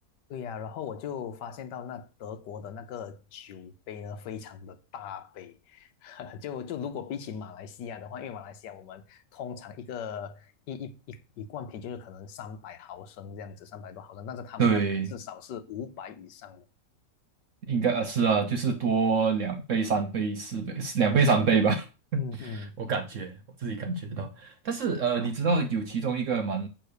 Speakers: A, on the left (about 80°); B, on the right (about 60°).
A: 对呀，然后我就发现到那德国的那个酒杯呢，非常的大杯，<laughs> 就就如果比起马来西亚的话，因为马来西亚我们通常一个一一一一罐啤酒就可能三百毫升这样子，三百多毫升，但是他们那边至少是五百以上的。
B: 对，应该啊是啊，就是多两倍、三倍、四倍、两倍、三倍吧。
A: 嗯嗯
B: 我感觉我自己感觉到，但是呃，你知道有其中一个蛮